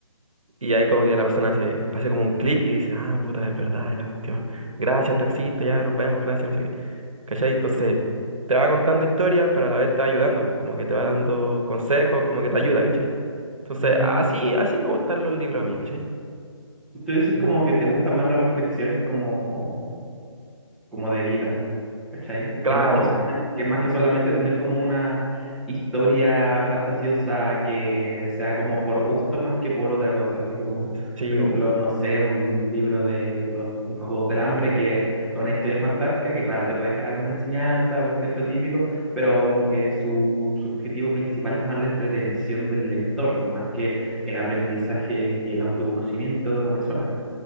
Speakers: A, on the right; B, in the centre.
A: Y ahí como que la persona hace, hace como un clic y dice, ah, puta, es verdad, es la cuestión. Gracias, taxista, ya, nos vemos, gracias, no sé qué. ¿Cachai? Entonces, te va contando historia, pero a la vez te va ayudando, pues, como que te va dando consejos, como que te ayuda, ¿cachai? Entonces,
B: ujú.
A: así, así me gustan los libros a mí, ¿cachai?
B: Tú decís
A: Mm.
B: como que te gustan más las reflexiones como como de vida, ¿cachai?
A: Claro,
B: Que más que solamente, que más que solamente tener como una historia fantasiosa que sea como por gusto más que por otra cosa, así como,
A: Sí,
B: por ejemplo, no sé, un libro de los Juegos del Hambre que es una historia fantástica que claro, te puede dejar alguna enseñanza porque es lo típico, pero como que su, su objetivo principal es más la entretención del lector, más que el aprendizaje y el autoconocimiento de una persona.